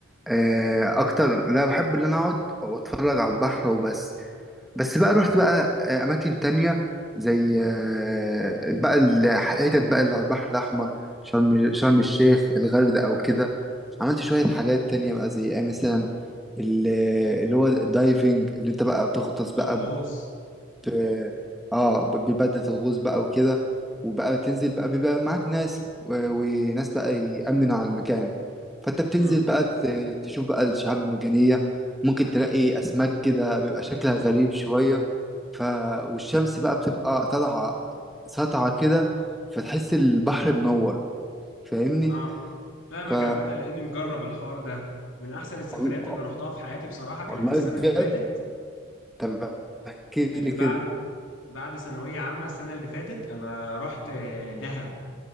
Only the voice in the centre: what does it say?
آه، أكتر لا بحب اللي أنا أقعد وأتفرج على البحر وبس بس بقى رحت بقى آه، اماكن تانية زي آه، بقى الحتت بقى اللي على البحر الاحمر شرم شرم الشيخ الغردقة او كده عملت شوية حاجات تانية بقى زي ايه مثلا ال- اللي هو الدايفنج اللي انت بقى بتغطس بقى
ت- اه ب- بيبدل الغوص بقى وكده وبقى تنزل بقى بيبقى معاك ناس و- وناس بقى يأمن على المكان فانت بتنزل
بقى ت- تشوف بقى الشعاب المرجانية ممكن تلاقي أسماك كده بيبقى شكلها غريب شوية ف والشمس بقى بتبقى طالعة ساطعة كده فتحس البحر منور فاهمني
ف
وال-
والله
بجد
طب احكي
لي
كده